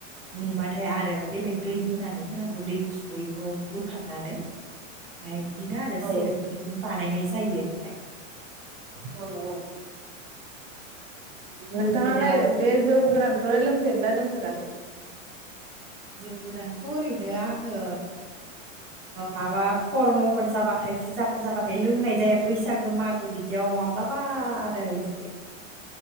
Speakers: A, in the centre; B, on the right.
A: दुंबा <unintelligible> फ्राय आरो बेलेग दै होनानै होनांगौ दै गुसुखौै बिखौ बोखारनानै ओमफ्राय बिदिनो आरो सेरेपखौ
B: औ
A: बिदिनो बानायनाय जायो जायो ओमफ्राय
B: औ
A: ओमफ्राय
B: नोंथाङालाय
A: दा
B: बे जौ गोरान बखौ लोंफेरा लोंफेराखै?
A: जौ गोदानखौ ओरैनो आङो माबा खर्मफोर जाबाथाय फुजाफोर जाबाथाय लोंनाय जाया बैसागो मागो बिदियाव माब्लाबा आरो इसे